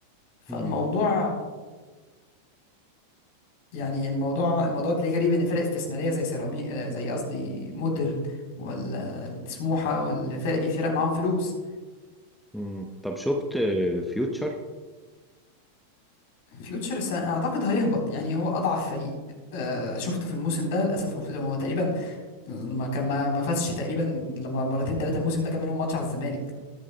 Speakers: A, on the left; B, in the centre.
A: فالموضوع
B: مم.
A: يعني الموضوع الموضوع تلاقيه غريب ان فرق استثماريه زي سيراميك آه، زي قصدي مودرن ولا سموحه ولا الفرق دي فرق معاهم فلوس
B: مم. طب شفت فيوتشر
A: ففيوتشر س- اعتقد هيهبط يعني هو اضعف فريق آه، شفته في الموسم ده للاسف هو هو تقريبا ما كان ما ما فازش تقريبا لما مرتين ثلاثه الموسم ده كان منهم ماتش على الزمالك